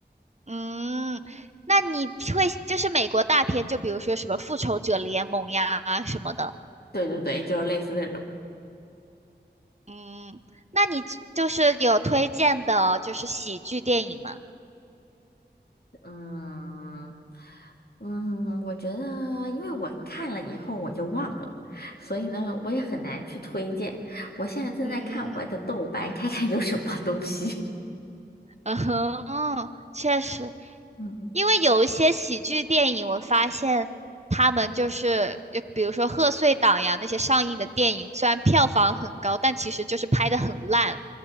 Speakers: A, on the right (about 40°); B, on the left (about 60°).
A: 嗯，那你会就是美国大片，就比如说什么《复仇者联盟》呀什么的。
B: 对对对，就是类似这种。
A: 嗯，那你就是有推荐的，就是喜剧电影吗？
B: 嗯嗯，我觉得，因为我看了以后我就忘了，所以呢，我也很难去推荐。我现在正在看我的豆瓣，
A: 嗯，
B: 看看有什么东西
A: <laughs> 嗯哼，确实，
B: <laughs>。嗯，
A: 因为有一些喜剧电影，我发现他们就是，就比如说贺岁档呀那些上映的电影，虽然票房很高，但其实就是拍的很烂，